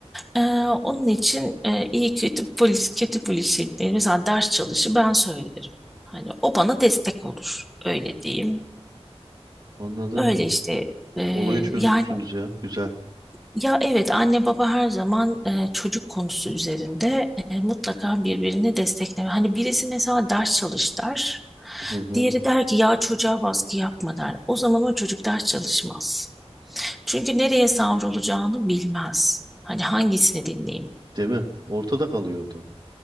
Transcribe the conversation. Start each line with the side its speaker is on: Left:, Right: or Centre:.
Centre: Ee, onun için e, iyi kötü polis, kötü polis şeklinde mesela ders çalışı ben söylerim. Hani o bana destek olur. Öyle diyeyim.
Right: anladım.
Centre: Öyle işte e,
Right: Olayı çözmüşsünüz
Centre: yani
Right: ya. Güzel.
Centre: ya evet anne baba her zaman e, çocuk konusu üzerinde e, mutlaka birbirini destekleme. Hani birisi mesela ders çalış der.
Right: Hı hı.
Centre: Diğeri der ki ya çocuğa baskı yapma der. O zaman o çocuk ders çalışmaz. Çünkü nereye savrulacağını bilmez. Hani hangisini dinleyeyim?
Right: Değil mi? Ortada kalıyor o da.